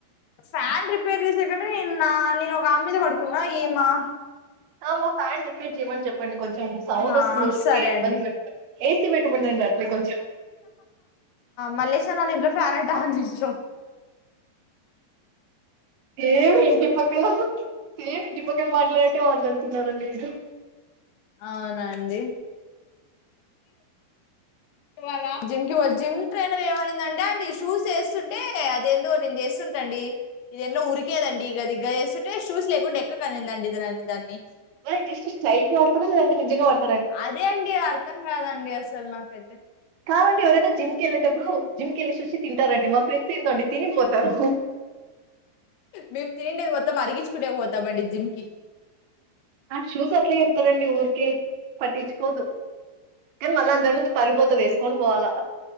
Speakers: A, on the left (about 80°); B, on the right (about 75°).
A: ఫ్యాన్ రిపేర్ చేసే కంటె నేను నా నేను ఒక అమీ మీద పడుకున్నా ఈమా
B: ఆ మా ఫ్యాన్ రిపేర్ చేయమని చెప్పండి కొంచెం సౌండ్
A: ఆ
B: ఓస్తుంది ఊరికే
A: సరే
B: ఇబ్బంది
A: అండి
B: పెడుతుంది ఏసీ పెట్టమనండి అట్లే కొంచెం
A: మల్లెషన్నోల్ల ఇంట్ల ఫాన్ అంట ఆన్ చేసి రా
B: ఏమి ఇంటి పక్కల ఏమి ఇంటి పక్కల మాట్లాడినట్టే మాట్లాడుతున్నరండి మీరు
A: అవునాండి ఇ జిమ్కి జిమ్ ట్రైనర్ ఏమనిందంటే అంటే షూస్ వేస్తుంటే అదేందో నేను చేస్తుంటాండి ఇదేందో ఉరికేదండి గది చేస్తుంటే షూస్ లేకుండ ఎక్కకనిందండి ఇది దాన్ని
B: మరి జస్ట్ స్టయిల్కి వాడుతరా లేదంటె నిజంగ వాడుతరా
A: అదే అండి అర్థం కాదండి అసల్ నాకైతే
B: కాదండి ఎవరైనా జిమ్కి వెళ్ళేటప్పుడు జిమ్క వెళ్ళేసోచ్చి తింటారండి మా ఫ్రెండ్స్ ఏందోండి తినిపోతరు
A: మేము తినుండేది మొత్తం అరిగించుకునేకి పోతామండి జిమ్ కి
B: ఆ షూస్ అట్లే చెప్తరండి ఊరికే పట్టించుకోవద్దు కని మళ్ళ అందరి ముందు పరువుపోతది కొని పోవాలా